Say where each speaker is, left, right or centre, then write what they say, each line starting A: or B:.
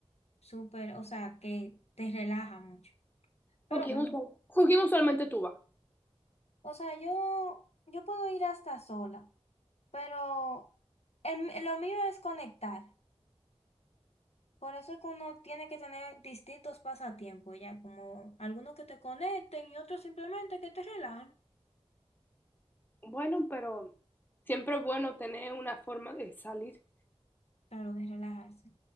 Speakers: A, on the left; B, on the left.
A: súper, o sea, que te relaja mucho. Pero
B: ¿Con quién
A: bueno,
B: usual- con quién usualmente tú vas?
A: o sea, yo, yo puedo ir hasta sola, pero el- lo mío es conectar. Por eso es que uno tiene que tener distintos pasatiempos, ya como algunos que te conecten y otros simplemente que te relajen.
B: Bueno, pero siempre es bueno tener una forma de salir.
A: Claro, de relajarse.